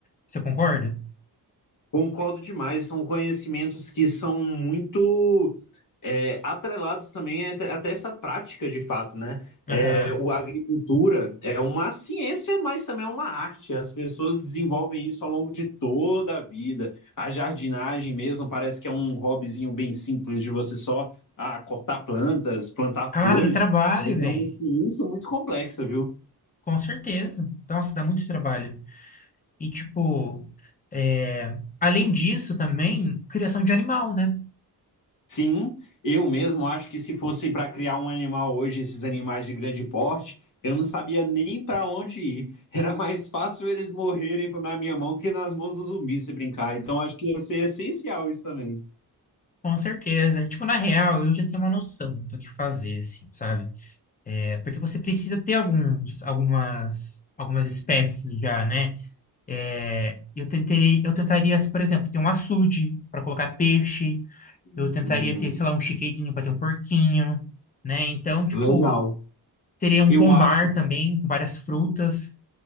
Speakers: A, on the left (about 20°); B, on the left (about 55°).
A: Você concorda?
B: Concordo demais, são conhecimentos que são muito é, atrelados também até até essa prática de fato, né? É,
A: Aham.
B: o a agricultura é uma ciência, mas também é uma arte. As pessoas desenvolvem isso ao longo de toda a vida. A jardinagem mesmo parece que é um hobbyzinho bem simples de você só ah, cortar plantas, plantar
A: Cara,
B: flores,
A: dá trabalho,
B: mas
A: velho.
B: é uma ciência muito complexa, viu?
A: Com certeza. Nossa, dá muito trabalho. E, tipo, é, além disso também, criação de animal, né?
B: Sim, eu mesmo acho que se fosse para criar um animal hoje, esses animais de grande porte, eu não sabia nem para onde ir. <laughs> Era mais fácil eles morrerem na minha mão do que nas mãos do zumbi se brincar. Então acho que ia ser essencial isso também.
A: Com certeza. Tipo, na real, eu já tenho uma noção do que fazer, assim, sabe? É, porque você precisa ter alguns, algumas, algumas espécies já, né? É, eu tentarei, eu tentaria, por exemplo, ter um açude para colocar peixe,
B: Hum,
A: eu tentaria ter, sei lá, um chiqueirinho para ter um porquinho, né? Então, tipo,
B: legal.
A: teria um
B: Eu
A: pomar
B: acho
A: também, com várias frutas.